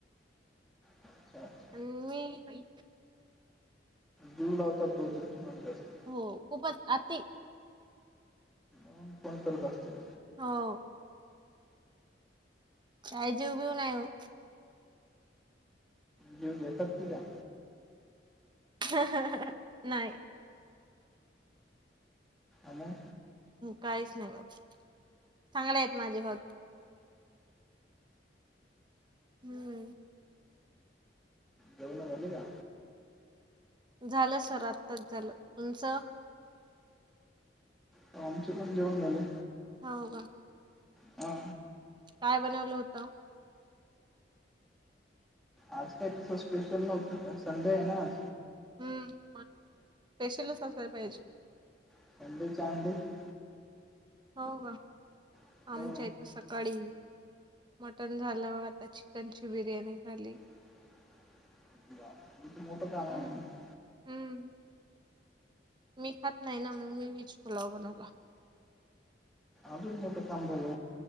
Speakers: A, in the centre; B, on the right.
A: अच्छा अच्छा
B: मी
A: जीव लावतात भुवतेक तुमाला जास्ती
B: हो खूपच आती
A: म्हणून फोन करत असतील
B: हो काय जीव बीव नाही ओ
A: जीव घेतात की काय
B: ह ह ह नाही
A: आणि
B: काहीच नाही बाबा चांगले आहेत माझे भाऊ हम्म
A: जेवण झाली का
B: झालं सर आत्ताच झालं तुमचं
A: हो, आमचे जेवण झाले
B: हो का
A: हा
B: काय बनवलं होत
A: आज काय तसं स्पेशल नव्हतं संडे आहे ना आज
B: हो स्पेशल च असायला पाहिजे
A: <inaudible> ं
B: हो का
A: हो
B: आमच्या इथ सकाळी मटन झालं आता चिकनची बिर्याणी झाली
A: <inaudible>
B: हम्म हम्म मी खात नाही ना मग मी विच फुलाव बनवला
A: अजून मोठं काम झाला